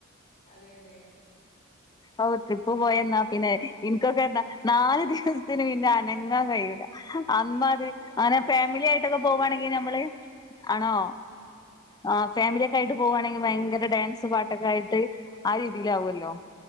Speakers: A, on the left (about 35°); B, on the left (about 20°).
A: അതെ അതെ
B: ഓ ട്രിപ്പ്
A: അപ്പൊ
B: പോയന്നാ
A: അങ്ങനെ
B: പിന്നെ എനിക്കൊക്കെന്നാ നാല് ദിവസത്തിന് പിന്നെ അനങ്ങാൻ കഴിൂല അമാതി
A: ഏഹ് ഞങ്ങളിപ്പോ
B: അങ്ങനെ ഫാമിലി
A: ഇവിടെ
B: ആയിട്ടൊക്കെ
A: എത്തിയിട്ടുള്ളൂ
B: പോവാണെങ്കി നമ്മള് ആണോ ആ ഫാമിലിയൊക്കെ ആയിട്ട് പോകുവാണെങ്കിൽ ഭയങ്കര ഡാൻസ് പാട്ടൊക്കെ ആയിട്ട് ആ രീതിയില ആാവുമല്ലോ